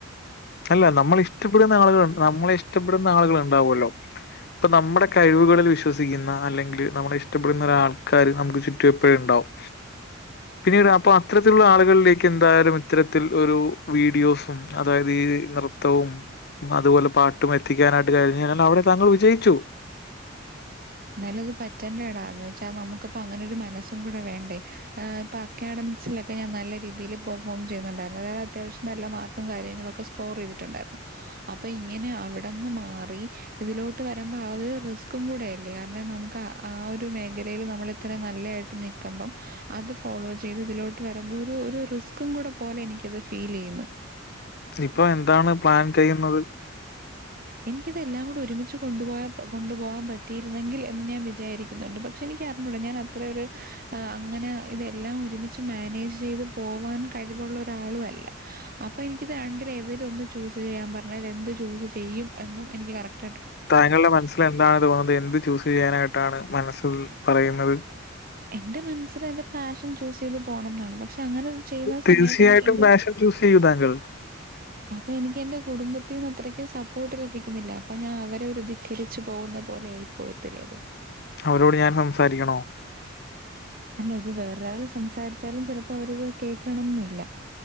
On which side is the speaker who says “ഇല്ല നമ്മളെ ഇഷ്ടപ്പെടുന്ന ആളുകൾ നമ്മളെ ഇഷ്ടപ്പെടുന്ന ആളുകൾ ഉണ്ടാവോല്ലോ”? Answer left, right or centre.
Left